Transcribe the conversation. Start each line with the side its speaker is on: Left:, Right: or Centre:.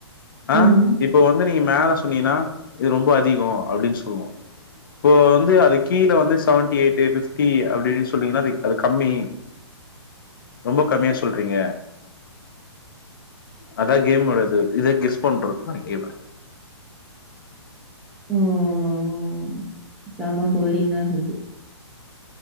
Left: ஆ
Centre: ம்.
Left: இப்போ வந்து நீங்க மேல சொன்னீங்கனா இது ரொம்ப அதிகோ அப்டின் சொல்லுவோ இப்போ வந்து அதுக் கீழ வந்து செவன்ட்டி எயிட் ஃபிப்டி அப்ட் டி சொன்னீங்கனா அதுக் அது கம்மி ரொம்ப கம்மியா சொல்றீங்க அதா கேமோடது இது கெஸ் பண்றதுதா கேம
Centre: ம் செம போரிங்கா இந்துது